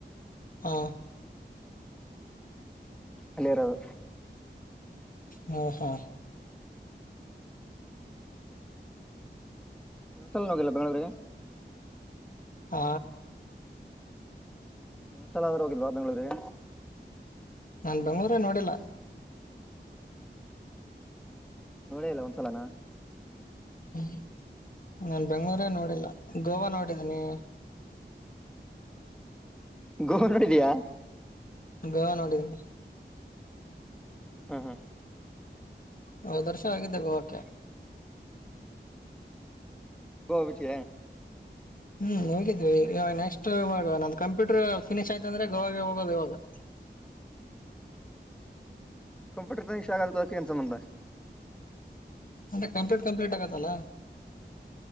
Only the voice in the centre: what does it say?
ಅಲ್ಲಿರದು
ಹ್ಮ್ ಇಸಲ್ ಹೋಗಿಲ್ಲ ಬೆಂಗಗಳೂರಿಗೆ
ಚಲಾವರ ಹೋಗಿಲ್ವಾ ಬೆಂಗಳೂರಿಗೆ
ನೋಡೇ ಇಲ್ಲ ಒಂದ್ಸಲನಾ
ಗೋವಾ ನೋಡಿದಿಯಾ
ಹ ಹಾ
ಗೋವಾ ಬೀಚ್
ಕಂಪ್ಯೂಟರ್ ಫಿನಿಷ್ ಗು ಅದಕು ಎನ್ ಸಂಬಂಧ